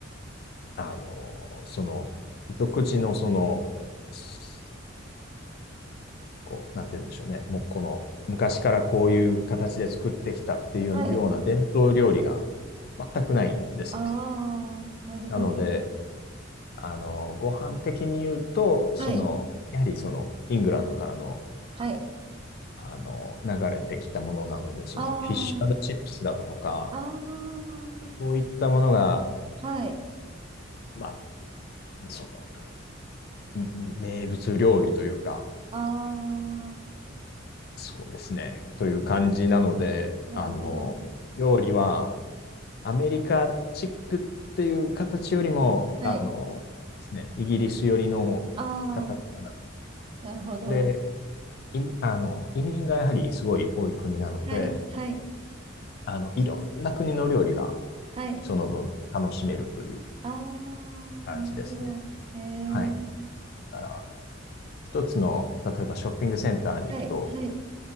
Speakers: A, on the left; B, on the right.
A: あの、その、独自のその、すこう、なんて言うんでしょうね、もうこの、昔からこういう形で作ってきたっていうような伝統料理が
B: はい。
A: 全くないですね。
B: ああ、なるほど。
A: なので、あの、ご飯的に言うと、その、
B: はい、
A: やはりその、イングランドからの、
B: はい。
A: あの、流れてきたものなので、その、
B: あ
A: フィッシュチップスだとか、
B: あ、ああ、
A: そういったものが、
B: はい。
A: まあ、その、名物料理というか、
B: ああ、
A: そうですね、という感じなので、
B: なるほど。
A: あの、料理はアメリカチックっていう形よりも、
B: はい。
A: あの、ですね、イギリス寄りの形かな。
B: ああ、なるほど。
A: で、移民あの、移民がやはりすごい多い国なので、
B: はい、はい、
A: あの、いろんな国の料理が
B: はい。
A: その分楽しめるという
B: ああ、
A: 感じですね。
B: なるほど。ええ、
A: はい。だから、一つの、例えばショッピングセンターに行くと、
B: はい、はい、